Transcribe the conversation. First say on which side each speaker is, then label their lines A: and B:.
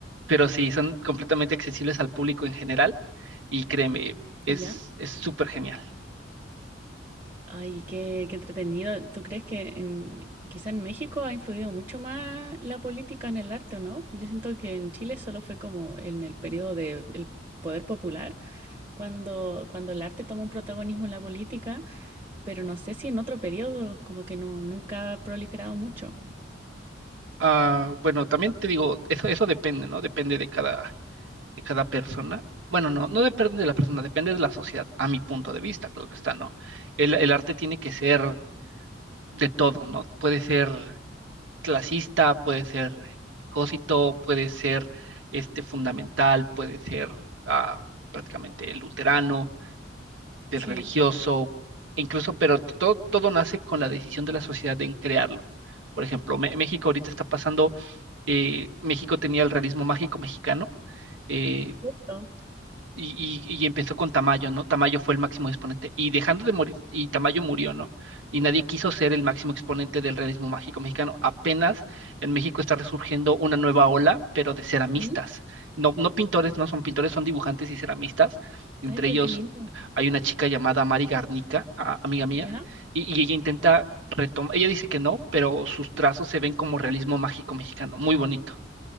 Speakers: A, on the right (about 80°); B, on the right (about 30°).
A: pero sí, son completamente accesibles al público en general, y créeme, es,
B: Ya.
A: es súper genial.
B: Ay, qué, qué entretenido. ¿Tú crees que en, quizá en México ha influido mucho más la política en el arte, o no? Porque Yo siento que en Chile solo fue como en el periodo del poder popular, cuando, cuando el arte toma un protagonismo en la política, pero no sé si en otro periodo, como que no, nunca ha proliferado mucho.
A: Ah, bueno, también te digo, eso, eso depende, ¿no? Depende de cada. de cada persona. Bueno, no, no depende de la persona, depende de la sociedad, a mi punto de vista, claro está, ¿no? El, el arte tiene que ser de todo, ¿no? Puede ser clasista, puede ser cosito, puede ser este fundamental, puede ser ah, prácticamente luterano, del
B: Sí,
A: religioso, e incluso, pero todo, todo nace con la decisión de la sociedad en crearlo. Por ejemplo, Me- México ahorita está pasando, eh, México tenía el realismo mágico mexicano, eh,
B: cierto.
A: y, y, y empezó con Tamayo, ¿no? Tamayo fue el máximo exponente. Y dejando de morir, y Tamayo murió, ¿no? Y nadie quiso ser el máximo exponente del realismo mágico mexicano. Apenas en México está resurgiendo una nueva ola, pero de ceramistas.
B: Ujú.
A: No, no pintores, no son pintores, son dibujantes y ceramistas. Entre
B: Ay, pero
A: ellos
B: qué lindo.
A: hay una chica llamada Mari Garnica, a- amiga mía,
B: ¿Ya?
A: y, y ella intenta retomar, ella dice que no, pero sus trazos se ven como realismo mágico mexicano, muy bonito.